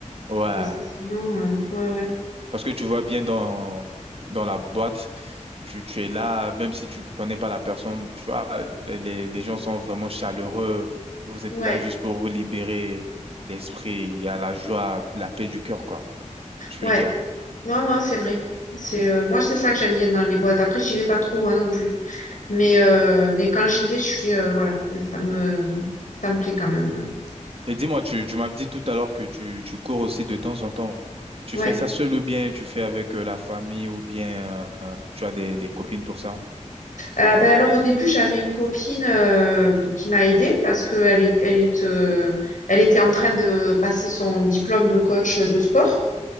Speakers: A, on the right; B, on the left.
A: Ouais.
B: parce que sinon, euh, ouais, ouais.
A: Parce que tu vois bien dans, dans la boîte, tu, tu es là, même si tu connais pas la personne, tu vois, les, les gens sont vraiment chaleureux. Vous êtes
B: Ouais,
A: là juste pour vous libérer l'esprit. Il y a la joie, la paix du cœur, quoi. Je
B: ouais.
A: veux dire.
B: Non, non, c'est vrai. C'est euh, moi, c'est ça que j'aime bien dans les boîtes. Après, j'y vais pas trop hein, non plus. Mais
A: Mhm.
B: euh, mais quand j'y vais, je suis euh, voilà, ça me ça me plaît quand même. euh,
A: Et dis-moi, tu, tu m'as dit tout à l'heure que tu, tu cours aussi de temps en temps. Tu
B: Ouais.
A: fais ça seul ou bien tu fais avec euh, la famille ou bien euh, euh, tu as des, des copines pour ça?
B: Euh, ben alors au début, j'avais une copine euh, qui m'a aidée parce que elle est elle est euh, elle était en train de passer son diplôme de coach de sport.